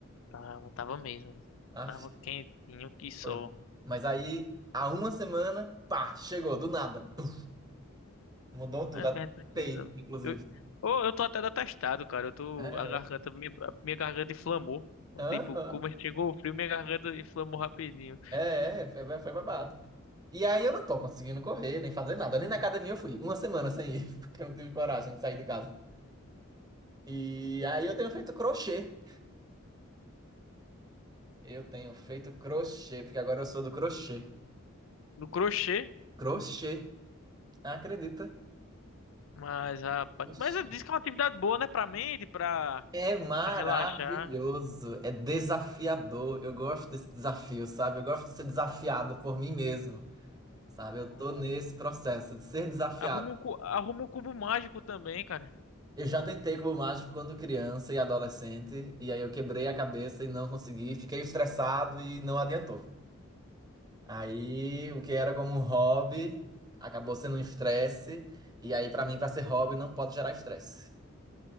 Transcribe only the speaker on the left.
Tava, tava mesmo.
Tava quentinho que só.
É o
que a gente precisava.
Eu, oh, eu tô até detestado, cara. Eu tô.
A garganta.
Minha, a minha garganta inflamou.
Tipo, como chegou o frio, minha garganta inflamou rapidinho.
No crochê,
mas, rapaz.
Mas eu disse que é uma atividade boa, né? Pra mente, pra,
pra relaxar.
Ah,
arruma um, cu- arruma um cubo mágico também, cara. <laughs>